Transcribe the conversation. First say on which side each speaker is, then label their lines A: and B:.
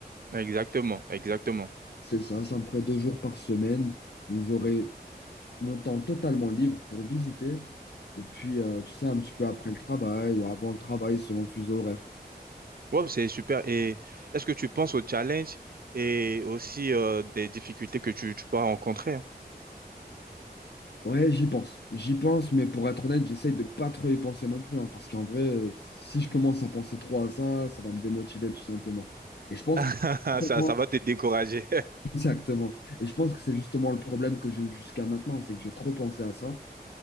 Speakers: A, on the right (about 60°); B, on the left (about 90°).
A: Exactement, exactement.
B: C'est ça, ça me ferait deux jours par semaine où j'aurais mon temps totalement libre pour visiter. Et puis, euh, tu sais, un petit peu après le travail ou avant le travail, selon le fuseau horaire.
A: Ouais, c'est super. Et est-ce que tu penses aux challenges et aussi euh, des difficultés que tu tu peux rencontrer? hein?
B: Ouais, j'y pense. J'y pense, mais pour être honnête, j'essaye de pas trop y penser non plus, hein, parce qu'en vrai, si je commence à penser trop à ça, ça va me démotiver tout simplement. Et je pense
A: <laughs>
B: que c'est-
A: Ça
B: <laughs>
A: ça va te décourager.
B: exactement. Et je pense que c'est justement le problème que j'ai eu jusqu'à maintenant, c'est que j'ai trop pensé à ça,